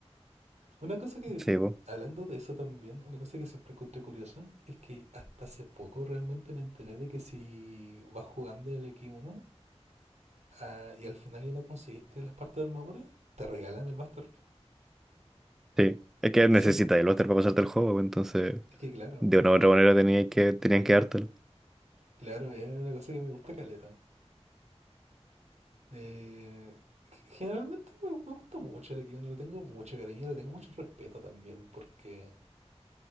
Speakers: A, on the right; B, in the centre.
A: Una cosa que,
B: sí, po,
A: hablando de eso también, una cosa que siempre encontré curiosa es que hasta hace poco realmente me enteré de que si vas jugando el x uno ah, y al final ya no conseguiste las partes de armadura, te regalan el Buster. po.
B: sí. Es que
A: Eso
B: necesita
A: n-
B: el Oster para pasarte el juego, pues, entonces
A: es que claro,
B: de una u otra manera tenía que, tenían que dártelo.
A: claro, es una cosa que me gusta caleta. Eh, g- generalmente me, me gusta mucho el x uno le tengo mucho cariño, le tengo mucho respeto también porque